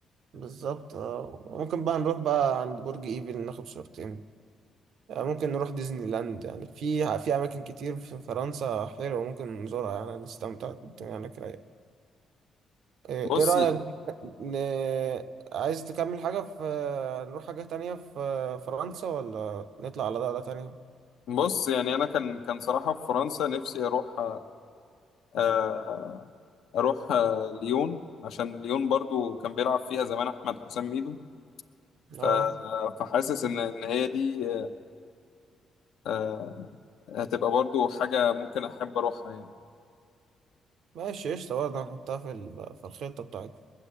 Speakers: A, on the right; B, on the left.
A: بالظبط آه. ممكن بقى نروح بقى عند برج إيفل ناخد صورتين آه، ممكن نروح ديزني لاند يعني في في أماكن كتير في فرنسا حلوة ممكن نزورها يعني نستمتع الدنيا هناك رايقة إيه
B: بص
A: إيه رأيك بقى، ن... عايز تكمل حاجة في نروح حاجة تانية في فرنسا ولا نطلع على دولة تانية؟
B: بص يعني انا كان كان صراحة في فرنسا نفسي اروح آه اروح آه ليون عشان ليون برضو كان بيلعب فيها زمان احمد حسام ميدو ف-
A: اه
B: فحاسس ان ان هي دي آه، هتبقى برضو حاجه ممكن احب اروحها يعني
A: ماشي قشطة برضه هنحطها في ال- في الخطة بتاعتنا